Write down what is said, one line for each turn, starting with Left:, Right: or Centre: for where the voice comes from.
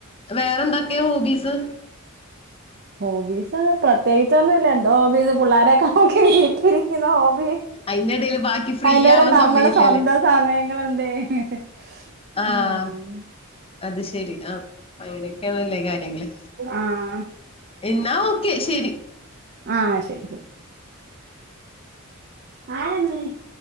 Left: വേറെ എന്തൊക്കെയ ഹോബീസ്
Right: ഹോബീസ് പ്രത്യേകിച്ചൊന്നുല്ല എന്തോ ഹോബീസ് പിള്ളാരൊക്കെ നോക്കി ഹോബി
Left: അയിന്റെ ഇടയിൽ ബാക്കി ഫ്രീ
Right: അയിനട്
Left: ആവാൻ
Right: നമ്മുടെ
Left: സമയല്ലല്ലേ
Right: സ്വന്തം സമയങ്ങള എന്ത ഉം
Left: ആഹ് അത് ശെരി ആ അങ്ങനെയൊക്കെയണല്ലേ കാര്യങ്ങള്
Right: ആഹ്
Left: എന്നാ ഓക്കെ ശെരി
Right: ആ ശരി ശരി <unintelligible>